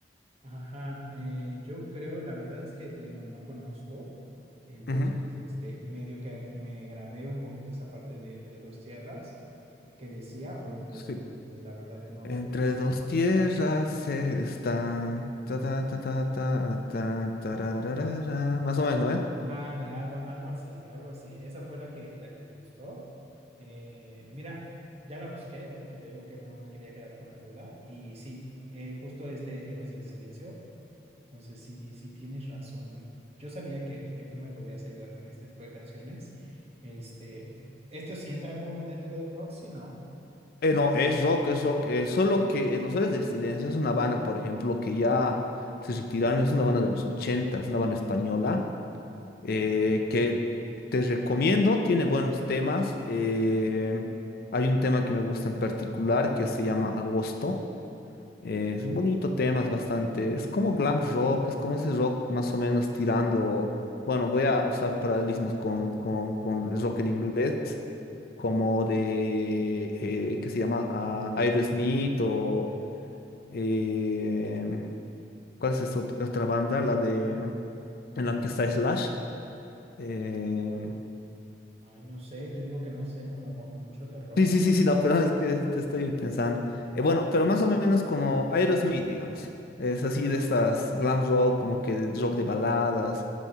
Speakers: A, on the right; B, on the left.
A: Ajá, eh, yo creo, la verdad es que te digo, no conozco, entonces,
B: Ujú,
A: este, medio que me grabé un poquito esa parte de entre dos tierras eh, que decía, o
B: ujú,
A: entre
B: Sí.
A: dos mundos, la verdad no
B: Entre
A: recuerdo.
B: dos tierras se están. Ta, ta, ta, ta, ta, ta, tarararara. Más o menos, ¿eh?
A: Ándale, algo, algo así, algo así. Esa fue la que, la que me gustó. Eh, mira, ya la busqué porque te digo que no me quería quedar con la duda y sí, eh, justo es de Héroes del Silencio Entonces, sí, sí tienes razón. Yo sabía que, que tú me podías ayudar con este tipo de canciones. Este, esto sí entra como dentro del rock, si no.
B: Eh, no, es rock, es rock. eh, solo que Los Héroes del Silencio es una banda, por ejemplo, que ya se retiraron. Es una banda de los 80, es una banda española.
A: Ok.
B: eh, que te recomiendo, tiene buenos temas. eh, hay un tema que me gusta en particular que se llama Agosto. Eh, es un bonito tema, es bastante. Es como glam rock, es como ese rock más o menos tirando. Bueno, voy a usar paralelismos con, con, con el rock en inglés, como de. Eh, ¿qué se llama? Ah, Aerosmith o. eh, ¿cuál es esta ot- otra banda? La de. En la que está Slash. eh,
A: Ay, no sé, te digo que no sé como mucho de rock.
B: Sí, sí, sí, sí, no, pero <laughs> es que te estoy pensando. Eh, bueno, pero más o menos como Aerosmith, digamos. Es así de estas glam rock, como que de rock de baladas.